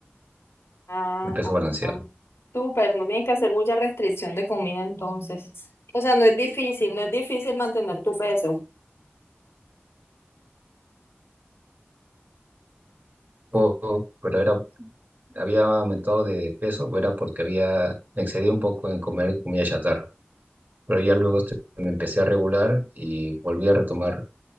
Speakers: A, on the left; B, on the right.
A: Ah,
B: mi peso
A: ah,
B: balanceado.
A: ah. Súper, no tienes que hacer mucha restricción de comida entonces. O sea, no es difícil, no es difícil mantener tu peso.
B: Poco, pero era había aumentado de peso, era porque había, me excedí un poco en comer comida chatarra, pero ya luego este, me empecé a regular y volví a retomar